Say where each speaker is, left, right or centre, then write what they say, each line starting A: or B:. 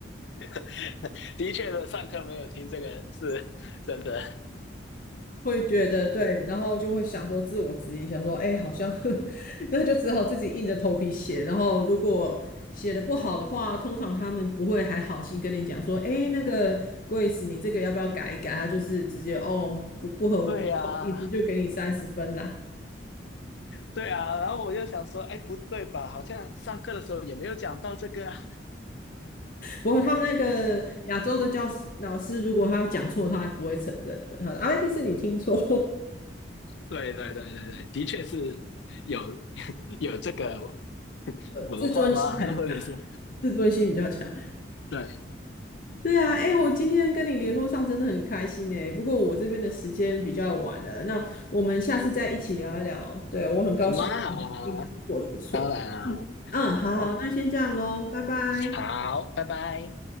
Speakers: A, on the left; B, on the left.
A: <laughs> 的确的，上课没有听这个是真的。
B: 会觉得对，然后就会想说自我质疑，想说，哎，好像 <laughs> 那就只好自己硬着头皮写。然后如果写的不好的话，通常他们不会还好心跟你讲说，哎，那个 Grace，你这个要不要改一改？他就是直接哦，不不合我不好意思，
A: 对呀、
B: 就给你三十分啦。
A: 对呀，然后我就想说，哎，不对吧？好像上课的时候也没有讲到这个啊。
B: 不过他们那个亚洲的教师老师，如果他讲错，他还不会承认的。他说啊，一定是你听错，
A: 对对对对对，的确是有 <laughs> 有这个
B: <laughs>
A: 文化吗？
B: 自尊心很，
A: <laughs> 或者是
B: 自尊心比较强。
A: 对，
B: 对啊，哎，我今天跟你联络上真的很开心哎。不过我这边的时间比较晚了，那我们下次再一起聊一聊。对，我很高兴
A: 好啊，好啊
B: 你嗯过得不错。
A: 当然啊，
B: 嗯嗯，好好，
A: 好，
B: 那先这样喽，拜拜。
A: 好，拜拜。